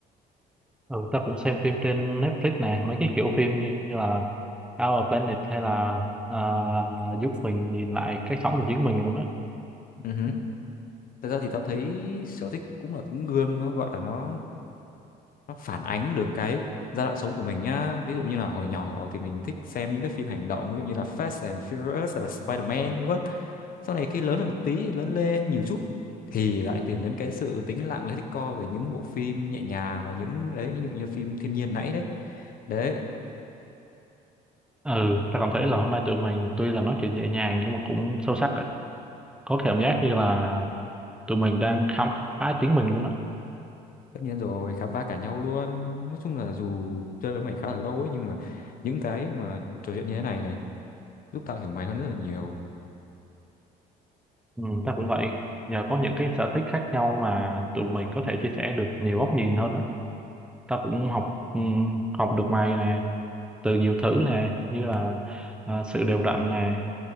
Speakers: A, in the centre; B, on the left.
A: Ừ, ta cũng xem phim trên Netflix nè, mấy cái kiểu phim như là Our Planet hay là à, giúp mình nhìn lại cái sống của chính mình luôn á.
B: Ừ hử. thật ra thì tao thấy sở thích cũng là tấm gương nó gọi là nó nó phản ánh được cái giai đoạn sống của mình nhá ví dụ như là hồi nhỏ thì mình thích xem những cái phim hành động ví dụ như là Fast and Furious hay là Spider-Man vân vân sau này khi lớn lên một tí lớn lên nhiều chút thì lại tìm đến cái sự tĩnh lặng lấy thích co về những bộ phim nhẹ nhàng và những đấy ví dụ như phim thiên nhiên nãy đấy đấy
A: Ừ, ta cảm thấy là hôm nay tụi mình tuy là nói chuyện nhẹ nhàng nhưng mà cũng sâu sắc á. Có cảm giác như là tụi mình đang khám phá chính mình luôn á.
B: tất nhiên rồi khám phá cả nhau luôn nói chung là dù chơi với mày khá là lâu ấy nhưng mà những cái mà trò chuyện như thế này này giúp tao hiểu mày hơn rất là nhiều
A: Ừ, ta cũng vậy. Nhờ có những cái sở thích khác nhau mà tụi mình có thể chia sẻ được nhiều góc nhìn hơn á. Ta cũng học ừ, học được mày nè, từ nhiều thứ nè, như là à, sự đều đặn nè.